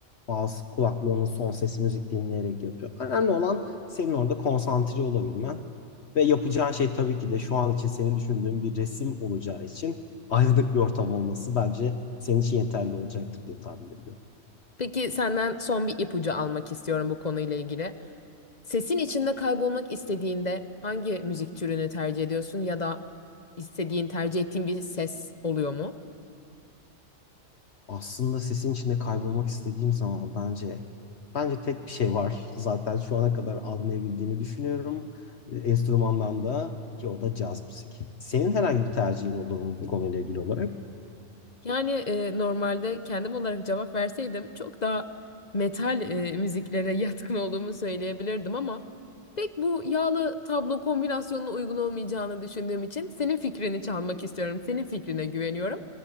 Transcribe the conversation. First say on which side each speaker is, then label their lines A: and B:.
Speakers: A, on the left; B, on the left.
A: Bazısı kulaklığının son ses müzik dinleyerek yapıyor. Önemli olan senin orada konsantre olabilmen. Ve yapacağın şey tabii ki de şu an için senin düşündüğün bir resim olacağı için aydınlık bir ortam olması bence senin için yeterli olacaktır diye tahmin ediyorum.
B: Peki senden son bir ipucu almak istiyorum bu konuyla ilgili. Sesin içinde kaybolmak istediğinde hangi müzik türünü tercih ediyorsun ya da istediğin, tercih ettiğin bir ses oluyor mu?
A: Aslında sesin içinde kaybolmak istediğim zaman bence bence tek bir şey var. Zaten şu ana kadar anlayabildiğini düşünüyorum. E, Enstrümandan da ki o da caz müzik. Senin herhangi bir tercihin olur mu bu konuyla ilgili olarak?
B: Yani e, normalde kendim olarak cevap verseydim çok daha metal e, müziklere <laughs> yatkın olduğumu söyleyebilirdim ama pek bu yağlı tablo kombinasyonuna uygun olmayacağını düşündüğüm için senin fikrini çalmak istiyorum. Senin fikrine güveniyorum.